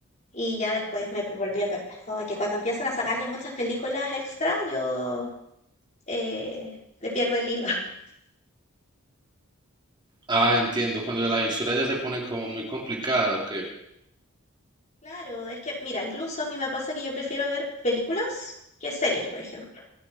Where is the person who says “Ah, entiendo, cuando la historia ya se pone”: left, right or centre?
Right